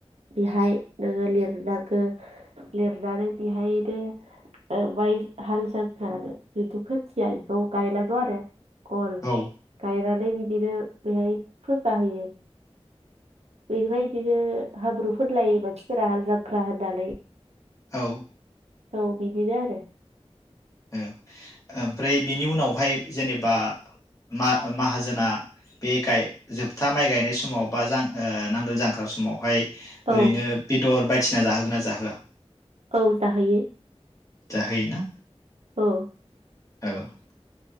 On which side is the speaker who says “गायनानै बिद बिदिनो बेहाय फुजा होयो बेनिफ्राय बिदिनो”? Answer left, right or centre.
Right